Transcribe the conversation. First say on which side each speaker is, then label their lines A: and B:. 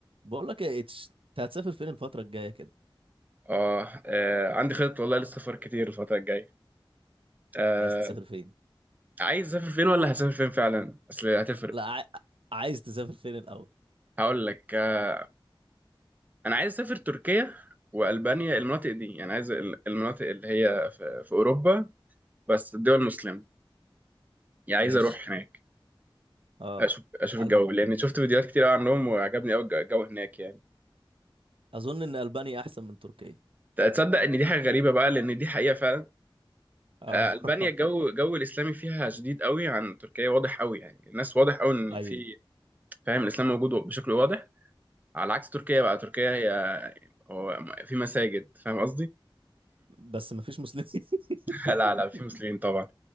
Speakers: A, on the right (about 75°); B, on the right (about 20°).
A: بقول لك يا اتش انت هتسافر فين الفترة الجاية كده
B: آه, آه عندي خطط والله للسفر كتير الفترة الجاية آه
A: عايز تسافر فين
B: عايز أسافر فين ولا هسافر فين فعلا أصل هتفرق
A: لا عاي... عايز تسافر فين الأول
B: هقول لك آه أنا عايز أسافر تركيا وألبانيا المناطق دي يعني عايز ال- المناطق اللي هي في, في أوروبا بس الدول المسلمة يعني
A: ماشي
B: عايز أروح هناك
A: اه
B: أشوف أشوف
A: ألب...
B: الجو لأن شفت فيديوهات كتير أوي عنهم وعجبني أوي الج- الجو هناك يعني
A: أظن إن ألبانيا أحسن من تركيا
B: تصدق إن دي حاجة غريبة بقى لأن دي حقيقة فعلا
A: اه
B: آه
A: <laughs>
B: ألبانيا الجو الجو الإسلامي فيها شديد أوي عن تركيا واضح أوي يعني الناس واضح أوي إن
A: أيوة
B: في فاهم الإسلام موجود بشكل واضح على عكس تركيا بقى تركيا هي هو في مساجد فاهم قصدي؟
A: بس مفيش مسلمين <laughs>
B: <laughs> لا لا في مسلمين طبعا